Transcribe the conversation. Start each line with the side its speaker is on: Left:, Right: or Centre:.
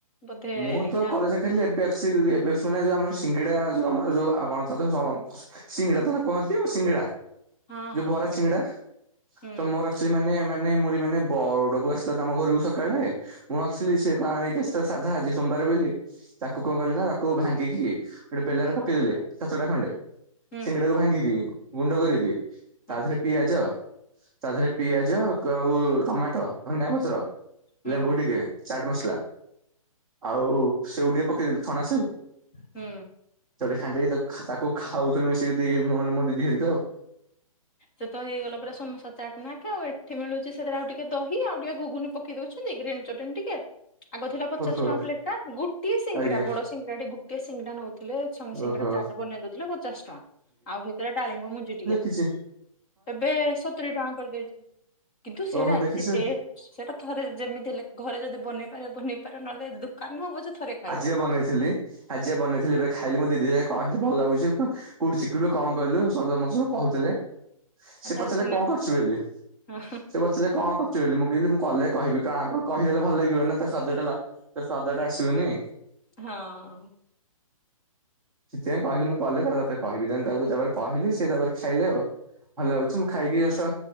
Left: ବୋଧେ
Centre: ମୁଁ
Left: ଆଜ୍ଞା
Centre: ତ କଲେଜେ ଥିଲି ଏବେ ଆସିଲି ଏବେ ଶୁଣିଲି ଆମର ସିଙ୍ଗିଡା ଯଉ ଆମର ଯଉ <unintelligible> ସିଙ୍ଗିଡା ତ କୁହନ୍ତି ଆଉ ସିଙ୍ଗଡା
Left: ହଁ
Centre: ଯଉ
Left: ହଁ
Centre: ବରା
Left: ସିଙ୍ଗଡା
Centre: ସିଙ୍ଗିଡା
Left: ହୁଁ
Centre: ତ ମୋର ସେମାନେ ମାନେ ମୁରି ମାନେ ବଡ ବଉ ଆସିଥିଲା ତ ଆମ ଘରକୁ ସକାଳେ ମୁଁ ନଥିଲି ସେ କଣ ନେଇକି ଆସିଥିଲା ସାଧା ଆଜି ସୋମବାର୍ ବୋଲିି ତାକୁ କଣ କଲି ନା ତାକୁ ଭାଙ୍ଗିକି ଗୋଟେ ବେଲା ରେ ପକେଇଦେଲି ସାତଟା ଖଣ୍ଡେ
Left: ହୁଁ
Centre: ସିଙ୍ଗିଡାକୁ ଭାଙ୍ଗିକି ଗୁଣ୍ଡ କରିକି ତା
Left: ହଁ
Centre: ଦେହରେ ପିଆଜ ତା ଦେହରେ ପିଆଜ କ-ଆଉ ଟମାଟୋ <unintelligible> ପତ୍ର,
Left: ହୁଁ
Centre: ଲେମ୍ବୁ ଟିକେ ଚାଟ୍ ମସଲା ଆଉ ସେଉ ଟିକେ ପକେଇଦେଲି ଛଣା ସେଉ।
Left: ହୁଁ।
Centre: <unintelligible> ଖାଉଥିଲି ମିଶିକି ଦି ମାନେ ମୋ ଦିଦି ହେରିକା ଆଉ।
Left: ସେତ ହେଇଗଲା ପୁରା ସମୋସା ଚାଟ୍ ନାଖେ ଆଉ ଏଠି ମିଳୁଚି ସେଥିରେ ଆଉ ଟିକେ ଦହି ଆଉ ଟିକେ ଘୁଗୁନି ପକ୍ ପକେଇ ଦଉଛନ୍ତି ଗ୍ରୀନ୍ ଚଟ୍ନୀ ଟିକେ ଆଗ ଥିଲା ପଚାଶ୍
Centre: ଓହୋ
Left: ଟଙ୍କା ପ୍ଲେଟ୍ ଟା ଗୁଟିଏ ସିଙ୍ଗିଡା
Centre: ଆଜ୍ଞା
Left: ବଡ ସିଙ୍ଗିଡା ଟି ଗୁଟିଏ ସିଙ୍ଗିଡା ନଉଥିଲେ ସନ୍-ସିଙ୍ଗିଡା
Centre: ଓହୋ
Left: ଚାଟ୍ ବନେଇ ଦଉଥିଲେ ପଚାଶ୍ ଟଙ୍କା ଆଉ ହେତିରେ ଡାଳିମ୍ବ ମୁଞ୍ଜି ଟିକେ
Centre: କିଛି
Left: ଏବେ ସତୁରୀ ଟଙ୍କା କରିଦେଇଚନ୍ତି କିନ୍ତୁ ସେଇରା
Centre: ଓହୋ ଦେଖିଛୁ
Left: ଏତେ ଟେଷ୍ଟ୍। ସେଇଟା ଥରେ ଯେମିତି ହେଲେ ଘରେ ଯଦି ବନେଇ ପାରିବ ବନେଇ ପାରିବ ନହେଲେ ଦୋକାନ ହଉ ପଛେ ଥରେ ଖାଇବ
Centre: ଆଜି ବା ବନେଇଥିଲି ଆଜି ବା ବନେଇଥିଲି ଏବେ ଖାଇଲି ମୋ ଦିଦି ହେରିକା କହିଲେ ଭଲ ଲାଗୁଚି କ କଉଠୁ ଶିକିଲୁ କଣ କଲୁ <unintelligible> ମତେ ସବୁ କହୁଥିଲେ।
Left: ଆଉ
Centre: ସେ
Left: ତାହେଲେ
Centre: ପଚାରିଲେ
Left: ତମେ
Centre: କଣ କରୁଚୁ ବୋଲି
Left: ହଁ
Centre: ସେ ପ ପଚାରିଲେ କଣ କରୁଚୁ ବୋଲି ମୁଁ କିହିଲି ମୁଁ କଲେ କହିବି କାହାକୁ କହିଦେଲେ ଭଲ ଲାଗିବନି ନା ତା ସ୍ଵାଦ ଟା ତ ସ୍ଵାଦ ଟା ଆସିବନି।
Left: ହଁ।
Centre: ସେଥିପାଇଁ କହିଲି ମୁଁ କଲେ ତାପରେ ତତେ କହିବି ଦେନ୍ ତାକୁ ତାପରେ କହିଲି ସେ ତାପରେ ଖାଇଲେ ଆଉ। ଭଲ ଲାଗୁଚି ମୁଁ ଖାଇକି ଜଷ୍ଟ୍